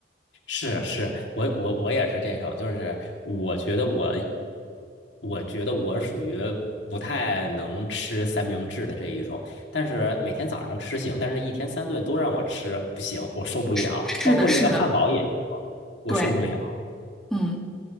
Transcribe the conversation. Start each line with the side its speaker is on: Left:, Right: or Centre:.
Left: 是是，我我我也是这种，就是我觉得我，我觉得我属于不太能吃三明治的这一种，但是每天早上吃行，但是一天三顿都让我吃不行，我受不了，
Centre: 是是的，
Left: 包括那个汉堡也行，
Centre: 是的，
Left: 我受不了。
Centre: 对，嗯。